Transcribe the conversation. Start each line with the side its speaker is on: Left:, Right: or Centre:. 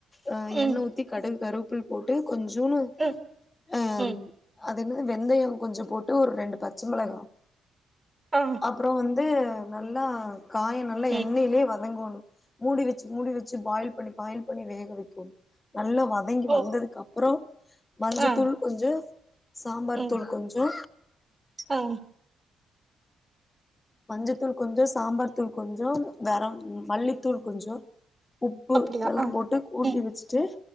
Left: ஆ
Right: ம்
Left: எண்ணை ஊத்தி கடுகு கரு <unintelligible> போட்டு கொஞ்சூன்னு
Right: ம்
Left: அம்
Right: ம்
Left: அது என்னது வெந்தயம் கொஞ்ச போட்டு ஒரு ரெண்டு பச்ச மெளகா
Right: ஆ
Left: அப்றோ வந் ந்து நல்லா காய் நல்லா
Right: ம்
Left: எண்ணெயிலயே வதங்கோணு <inaudible> மூடி வச்சு மூடி வச்சு பாயில் பண்ணி பாயில் பண்ணி வேக வைக்கோணு பா நல்லா வதங்கி
Right: ஓ
Left: வந்ததுக்கு அப்றோ மஞ்சத்தூள்
Right: ஆ
Left: கொஞ்சோ சாம்பார்
Right: ம்
Left: தூள் கொஞ்சோ
Right: ஆ
Left: மஞ்சத்தூள் கொஞ்சோ, சாம்பார் தூள் கொஞ்சோ, கரம் மல்லித்தூள் கொஞ்சோ உப்பு
Right: அப்டியா
Left: இதல்லா
Right: ஆ
Left: போட்டு கூட்டி
Right: ம்
Left: வச்சுட்டு